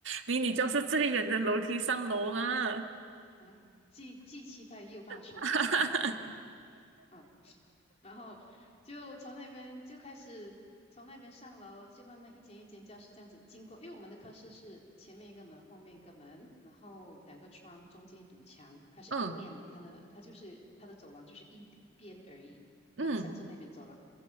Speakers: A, on the right (about 80°); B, on the left (about 35°).
A: 离你教室最远的楼梯上楼啦？
B: <laughs> 啊，既既期待又怕受伤害，
A: <laughs>
B: 懂吗？嗯。然后就从那边就开始从那边上楼，就慢慢一间一间教室这样子经过。因为我们的课室是前面一个门，后面一个门，然后两个窗，中间一堵墙，它是阴面的，
A: 嗯
B: 它的它就是它的走廊就是一一边而已，门向着那边走廊。
A: 嗯